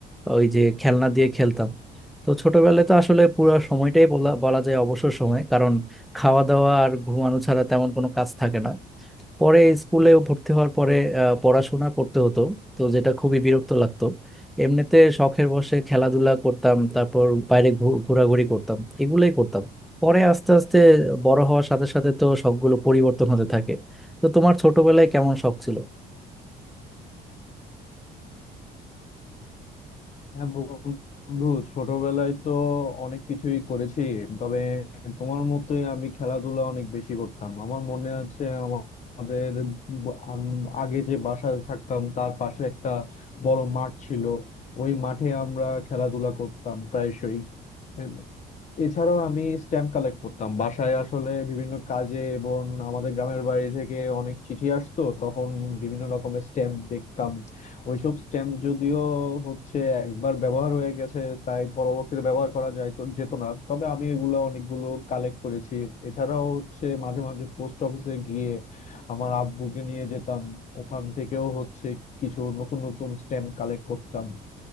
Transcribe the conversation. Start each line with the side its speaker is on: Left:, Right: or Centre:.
Centre: ওই যে খেলনা দিয়ে খেলতাম তো ছোটবেলায় তো আসলে পুরো সময়টাই বলা বলা যায় অবসর সময় কারণ খাওয়া দাওয়া আর ঘুমানো ছাড়া তেমন কোনো কাজ থাকে না পরে স্কুলে ভর্তি হওয়ার পরে আহ, পড়াশোনা করতে হতো তো যেটা খুবই বিরক্ত লাগতো এমনিতে শখের বশে খেলাধুলা করতাম তারপর বাইরে ঘু- ঘোরাঘুরি করতাম এগুলোই করতাম পরে আস্তে আস্তে বড় হওয়ার সাথে সাথে তো শখগুলো পরিবর্তন হতে থাকে তো তোমার ছোটবেলায় কেমন শখ ছিল
Left: হ্যাঁ বন্ধু ছোটবেলায় তো অনেক কিছুই করেছি তবে তোমার মতোই আমি খেলাধুলা অনেক বেশি করতাম আমার মনে আছে আমা- আমাদের ব- আম- আগে যে বাসায় থাকতাম তার পাশে একটা বড় মাঠ ছিল ওই মাঠে আমরা খেলাধুলা করতাম প্রায়শই এম, এছাড়াও আমি স্ট্যাম্প কালেক্ট করতাম বাসায় আসলে বিভিন্ন কাজে এবং আমাদের গ্রামের বাড়ি থেকে অনেক চিঠি আসতো তখন বিভিন্ন রকমের স্ট্যাম্প দেখতাম ওইসব স্ট্যাম্প যদিও হচ্ছে একবার ব্যবহার হয়ে গেছে তাই পরবর্তীতে ব্যবহার করা যায় তো যেত না তবে আমি এগুলো অনেকগুলো কালেক্ট করেছি এছাড়াও হচ্ছে মাঝে মাঝে পোস্ট অফিসে গিয়ে আমার আব্বুকে নিয়ে যেতাম ওখান থেকেও হচ্ছে কিছু নতুন নতুন স্ট্যাম্প কালেক্ট করতাম